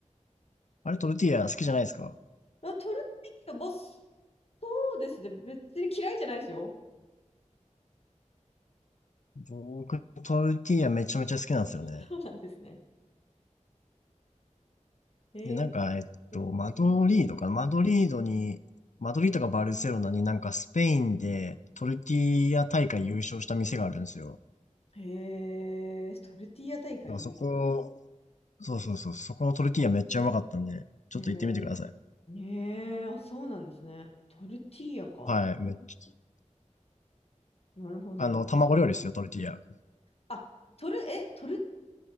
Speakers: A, on the left (about 70°); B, on the left (about 50°).
A: あれトルティーヤ好きじゃないですか
B: あ、トルティーヤ、ボス。そうですね。別に嫌いじゃないですよ。
A: 僕、トルティーヤめちゃめちゃ好きなんですよね。
B: そうなんですね。へ
A: で、なんか、えっと、
B: えー。
A: マドリードかなマドリードに、マドリードかバルセロナになんかスペインでトルティーヤ大会優勝した店があるんですよ。
B: へえー、トルティーヤ大会優勝。
A: だからそこ、そうそうそう、そこのトルティーヤめっちゃうまかったんで、ちょっと行ってみてください。
B: へえ、ねえ、あ、そうなんですね。トルティーヤか。
A: はい、めっちゃ
B: なるほどなる。
A: あの、卵料理ですよ、トルティーヤ。
B: あ、トル、え、トル